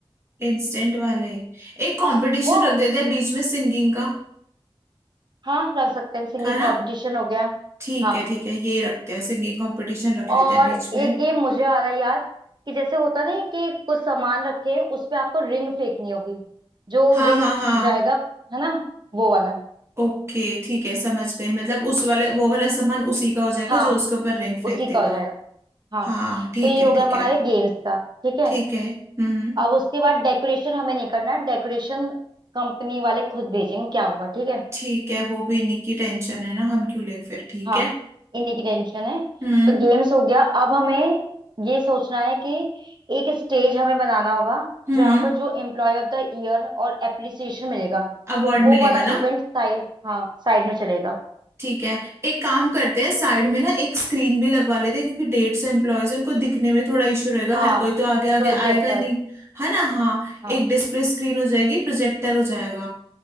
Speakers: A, on the right; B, on the right.
A: इंस्टेंट वाले एक कंपटीशन
B: वो
A: रख देते हैं बीच में सिंगिंग का
B: हाँ रख सकते हैं सिंगिंग
A: है
B: कंपटीशन
A: ना
B: हो गया
A: ठीक
B: हाँ
A: है ठीक है ये रखते हैं सिंगिंग कंपटीशन रख
B: और
A: लेते हैं बीच
B: एक
A: में
B: गेम मुझे आ रहा है याद कि जैसे होता नहीं है कि कुछ सामान रखे हैं, उस पे आपको रिंग फेंकनी होगी जो
A: हाँ
B: रिंग
A: हाँ हाँ
B: जाएगा है ना वो वाला
A: ओके ठीक है समझ गई मतलब उस वाले वो वाला सामान उसी का हो जाएगा
B: हाँ
A: जो उसके ऊपर रिंग फेंक
B: उसी का
A: देगा
B: हो जाएगा हाँ
A: हाँ ठीक
B: तो ये
A: है
B: हो गया
A: ठीक
B: हमारे
A: है
B: गेम्स का ठीक है
A: ठीक है हम्म
B: अब उसके बाद डेकोरेशन हमें नहीं करना डेकोरेशन कंपनी वाले खुद भेजेंगे क्या होगा ठीक है
A: ठीक है वो भी इन्हीं की टेंशन है ना हम क्यों ले फिर ठीक
B: हाँ
A: है
B: इन्हीं की टेंशन है
A: हम्म
B: तो गेम्स हो गया अब हमें ये सोचना है कि एक स्टेज हमें बनाना होगा
A: हम्म
B: जहाँ पर जो एम्प्लॉय ऑफ द ईयर और एप्रिसिएशन मिलेगा
A: अवार्ड
B: वो
A: मिलेगा
B: वाला
A: ना
B: इवेंट साइड हाँ साइड में चलेगा
A: ठीक है एक काम करते हैं साइड में ना एक स्क्रीन भी लगवा लेते हैं क्योंकि डेढ़ सौ एम्प्लॉयज उनको दिखने में थोड़ा इशू रहेगा
B: हाँ
A: हर कोई तो आगे आगे
B: प्रोजेक्टर
A: आएगा नहीं है ना हाँ
B: हाँ
A: एक डिस्प्ले स्क्रीन हो जाएगी प्रोजेक्टर हो जाएगा